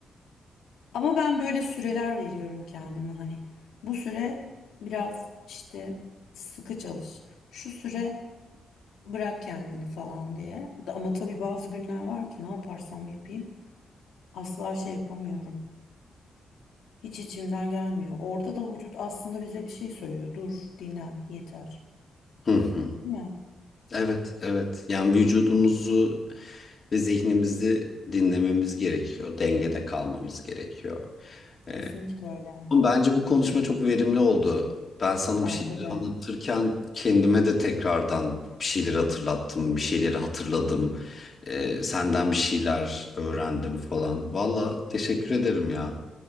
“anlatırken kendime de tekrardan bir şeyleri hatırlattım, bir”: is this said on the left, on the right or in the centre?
Left